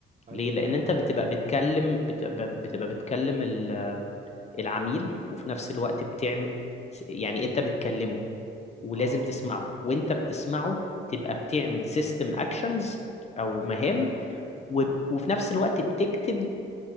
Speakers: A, on the right; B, on the left.
A: ايوه
B: ليه لان
A: فاهمك
B: انت بتبقى بتكلم بتبقى, بتبقى بتكلم ال- العميل وفي نفس الوقت بتعمل س- يعني انت بتكلمه ولازم
A: اه
B: تسمعه وانت بتسمعه تبقى بتعمل سيستم اكشنز او مهام
A: ايوه فاهمك
B: و- وفي نفس الوقت بتكتب